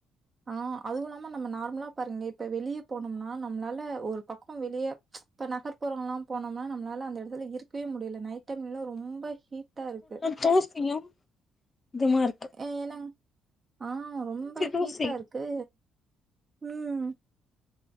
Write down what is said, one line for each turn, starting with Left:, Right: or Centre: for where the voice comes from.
Right: ஆ அதுவு இல்லாம நம்ம நார்மலாப் பாருங்க இப்ப வெளியப் போனம்னா நம்ளால ஒரு பக்கோ வெளியே இப்ப நகர்ப்புறம்லாம் போனம்னா நம்ளால அந்த எடதுல இருக்கவே முடியல நைட் டைம்ல ரொம்ப ஹீட்டா இருக்கு
Left: தூசியும் இதுமாருக்கு
Right: எ என்னங ஆ ரொம்ப ஹீட்டா
Left: தூசி
Right: இருக்கு ம்